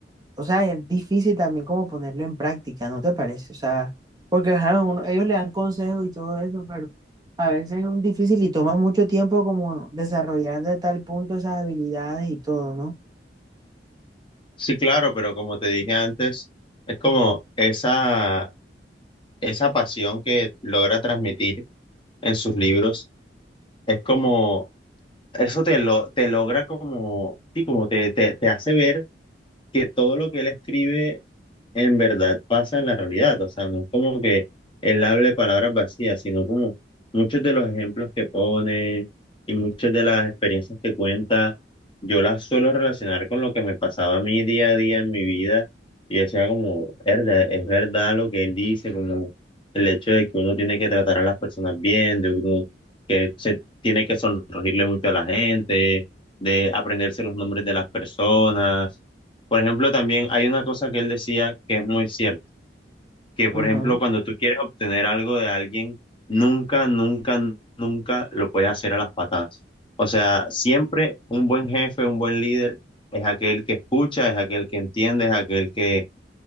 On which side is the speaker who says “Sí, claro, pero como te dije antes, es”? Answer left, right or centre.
Left